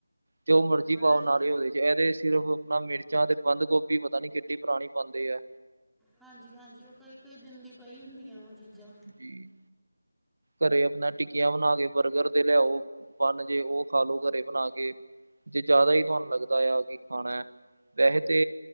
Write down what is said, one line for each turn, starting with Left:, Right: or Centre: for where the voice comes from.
Right: ਜੋ ਮਰਜ਼ੀ
Centre: ਹੈ
Right: ਪਾਓ
Centre: ਨਾ ਜੀ
Right: ਨਾਲ। ਇਹਦੇ ਸਿਰਫ ਆਪਣਾ ਮਿਰਚਾਂ ਤੇ ਬੰਦ ਗੋਭੀ ਪਤਾ ਨੀ ਕਿੱਡੀ ਪੁਰਾਣੀ ਪਾਉਂਦੇ ਆ
Centre: ਹਾਂਜੀ, ਹਾਂਜੀ ਉਹ ਕਈ ਕਈ ਦਿਨ ਦੀ ਪਈ ਹੁੰਦੀਆਂ ਵਾ ਚੀਜ਼ਾਂ
Right: ਜੀ, ਘਰੇ ਆਪਣਾ ਟਿੱਕੀਆਂ ਬਣਾ ਕੇ ਬਰਗਰ ਤੇ ਲਿਆਓ ਬਂਨ ਜੇ ਉਹ ਖਾਲੋ ਘਰੇ ਬਣਾ ਕੇ ਜੇ ਜ਼ਿਆਦਾ ਹੀ ਤੁਹਾਨੂੰ ਲੱਗਦਾ ਆ ਕਿ ਖਾਣਾ ਵੈਸੇ ਤੇ